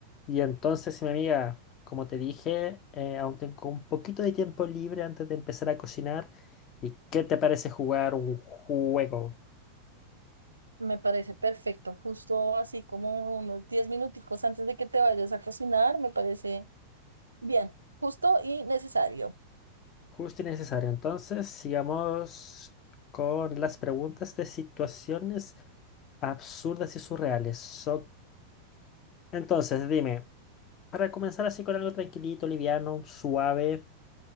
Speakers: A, on the left (about 30°); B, on the right (about 80°).
A: Y entonces, mi amiga, como te dije, eh, aún tengo un poquito de tiempo libre antes de empezar a cocinar. ¿Y qué te parece jugar un juego?
B: Me parece perfecto, justo así como unos 10 minuticos antes de que te vayas a cocinar, me parece bien, justo y necesario.
A: Justo y necesario. Entonces, sigamos con las preguntas de situaciones absurdas y surreales. Ok. Entonces, dime, para comenzar así con algo tranquilito, liviano, suave,